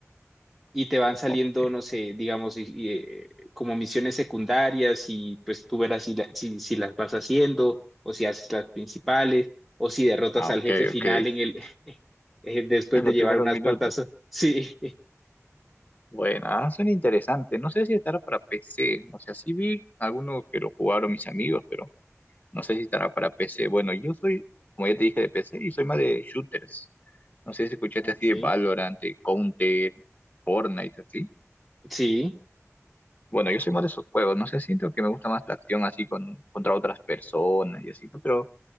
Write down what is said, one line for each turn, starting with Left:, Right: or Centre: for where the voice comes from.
Centre: y te van saliendo,
Left: Ok,
Centre: no sé, digamos, y- y, eh, como misiones secundarias y pues tú verás si, la- si, si las vas haciendo o si haces las principales o si derrotas
Left: ah,
Centre: al
Left: ok,
Centre: jefe final
Left: ok.
Centre: en
Left: <laughs>
Centre: el <laughs> eh, después
Left: En
Centre: de
Left: los
Centre: llevar
Left: primeros
Centre: unas
Left: minutos.
Centre: cuantas. ho- <laughs> Sí,
Left: Bueno, ah, suena interesante. No sé si estará para PC. O sea, sí vi algunos que lo jugaron mis amigos, pero no sé si estará para PC. Bueno, yo soy, como ya te dije, de PC y soy más de shooters. No sé si escuchaste
Centre: Ok.
Left: así de Valorant, de Counter, Fortnite, así.
Centre: sí,
Left: Bueno, yo soy más de esos juegos, no sé, siento que me gusta más la acción así con, contra otras personas y así, ¿no? pero